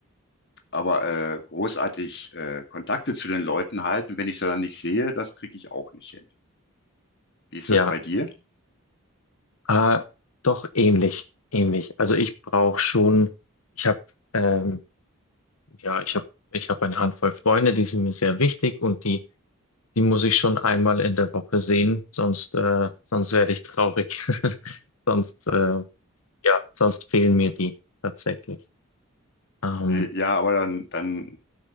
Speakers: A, on the left (about 50°); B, on the left (about 70°).
A: Aber äh, großartig äh, Kontakte zu den Leuten halten, wenn ich sie dann nicht sehe, das kriege ich auch nicht hin. Wie ist
B: Ja,
A: das bei dir?
B: äh, doch ähnlich, ähnlich. Also ich brauche schon, ich habe, ähm, ja, ich habe, ich habe eine Handvoll Freunde, die sind mir sehr wichtig und die Die muss ich schon einmal in der Woche sehen, sonst, äh, sonst werde ich traurig. <laughs> Sonst, äh, ja, sonst fehlen mir die tatsächlich. Ähm,
A: Äh, ja, aber dann, dann